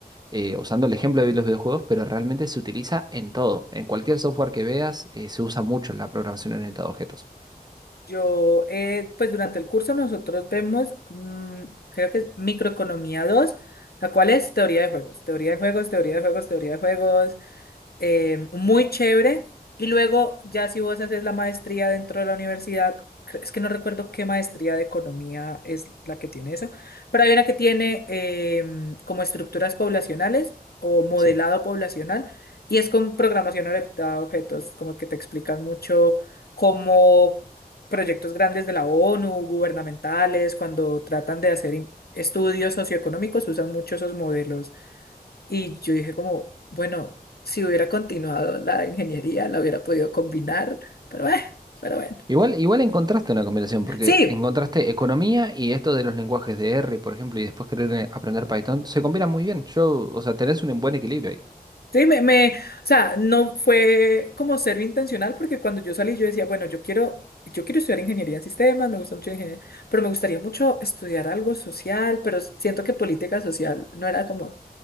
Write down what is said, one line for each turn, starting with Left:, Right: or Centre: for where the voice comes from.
Right: eh, usando el ejemplo de los videojuegos, pero realmente se utiliza en todo. En cualquier software que veas, eh, se usa mucho la programación orientada a objetos.
Left: Yo, eh, pues durante el curso nosotros vemos, mm, creo que es microeconomía 2 la cual es teoría de juegos, teoría de juegos, teoría de juegos, teoría de juegos eh, muy chévere. Y luego, ya si vos haces la maestría dentro de la universidad, cre- es que no recuerdo qué maestría de economía es la que tiene eso, pero hay una que tiene em, como estructuras poblacionales o modelado
Right: Sí.
Left: poblacional y es con programación orientada a objetos, como que te explican mucho cómo proyectos grandes de la ONU, gubernamentales, cuando tratan de hacer in- estudios socioeconómicos, usan mucho esos modelos y yo dije como, bueno, si hubiera continuado la ingeniería, la hubiera podido combinar, pero eh, pero bueno.
Right: Igual, igual encontraste una combinación, porque
Left: Sí,
Right: encontraste economía y esto de los lenguajes de R, por ejemplo, y después querer eh, aprender Python, se combina muy bien. Yo, o sea, tenés un buen equilibrio ahí.
Left: sí, me, me, o sea, no fue como cero intencional porque cuando yo salí yo decía, bueno, yo quiero, yo quiero estudiar ingeniería en sistemas, me gusta mucho la ingeniería, pero me gustaría mucho estudiar algo social, pero siento que política social no era como